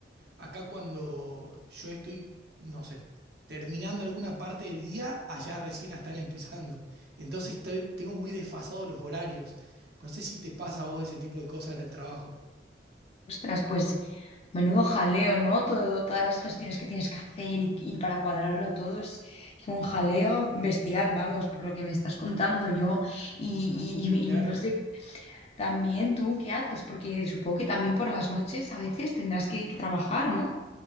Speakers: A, on the right (about 60°); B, on the left (about 35°).
A: Acá cuando yo estoy, no sé, terminando alguna parte del día, allá recién la están empezando. Entonces estoy- tengo muy desfasados los horarios. No sé si te pasa a vos ese tipo de cosas en el trabajo.
B: Ostras, pues Menudo jaleo, ¿no? Todo, todas las gestiones que tienes que hacer y, y para cuadrarlo todo es, es un jaleo bestial, vamos, por lo que me estás contando yo. Y, y- y-
A: Claro.
B: y no sé, también tú qué haces, porque supongo que también por las noches a veces tendrás que, que trabajar, ¿no?